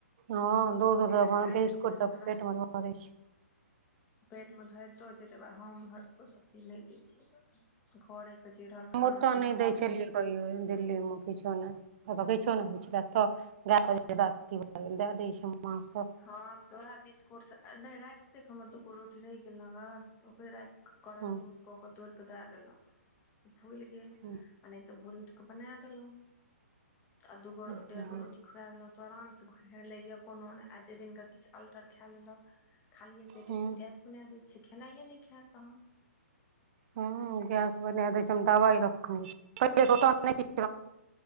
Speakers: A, on the right; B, on the left.
A: हँ दूध
B: एक तऽ खाय
A: बिस्कुट
B: नै छैय दोसारा
A: तऽ पेट मे धरै छै
B: पेट मे धरितो छैय तके बाद हम <unintelligible> इ नै दैय छियै घरे के जे रहल
A: हम
B: खाना
A: ओतऽ
B: पीना
A: नहि
B: मे
A: दै छलियै कहियो दिल्ली मे किछो नै ओतऽ किछो नै होय छलय एतऽ गैय ज्यादा की भय गेल दय दैय छै पाँच सौ <unintelligible>
B: हँ तऽ ओहे बिस्कुट सब नै राति तैक हमर दूगो रोटी रहि गेल रहत ओकरे राखि कऽ करम
A: हूँ
B: दूध कऽ केऽ तोड़ि कऽ दैय देलौं फूलि गेल
A: हूँ
B: आ नै तऽ भोरे उठि कऽ बना देलौं आ दूगो
A: हूँ
B: डेढ़ गो रोटी खुआए गेलौं तऽ आरामसँ खेलैए कोनो नै आ जाय दिनाके किछु अल्टर खाए लेलक। खालिये पेटे
A: हूँ
B: तोऽ गैस बना दै छै खेनाइये नै खायत तहन।
A: हूँ गैस बना देैय छैय हम दवाइ रखने छी पहिले दोकान नहि ठीक